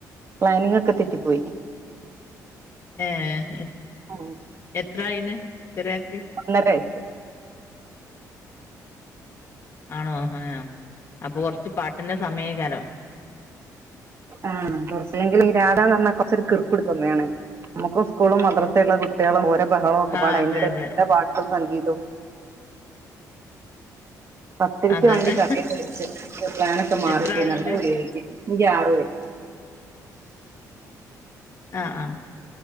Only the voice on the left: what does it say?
ഏഹ്
എത്രായിയിണ് ചെറയാക്ക്
ആണോ ഹാ അപ്പൊ കൊർച്ച് പാട്ടിന്റെ സമയേകാരം
ആഹ്
അതെ
അതെ
അതന്നെ
എത്ര ആളുണ്ട്
ആഹ് ആഹ